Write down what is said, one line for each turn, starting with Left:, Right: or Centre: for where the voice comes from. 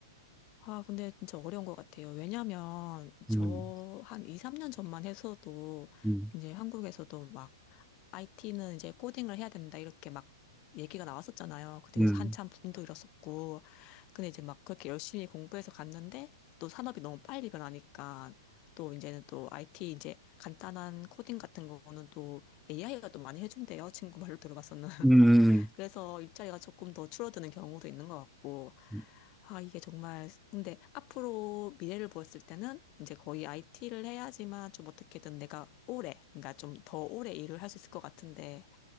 Left: 아, 근데 진짜 어려운 것 같아요. 왜냐면, 저
Centre: 음,
Left: 한 2, 3년 전만 해서도,
Centre: 음,
Left: 이제 한국에서도 막, IT는 이제 코딩을 해야 된다, 이렇게 막 얘기가 나왔었잖아요. 그때
Centre: 음,
Left: 그래서 한참 붐도 일었었고. 근데 이제 막 그렇게 열심히 공부해서 갔는데, 또 산업이 너무 빨리 변하니까, 또 이제는 또 IT 이제 간단한 코딩 같은 거는 또 AI가 또 많이 해준대요. 친구 말로 들어봤었는.
Centre: 음.
Left: 그래서 일자리가 조금 더 줄어드는 경우도 있는 것 같고,
Centre: 음.
Left: 아, 이게 정말, 근데 앞으로 미래를 보았을 때는 이제 거의 IT를 해야지만 좀 어떻게든 내가 오래, 그러니까 좀 더 오래 일을 할 수 있을 것 같은데,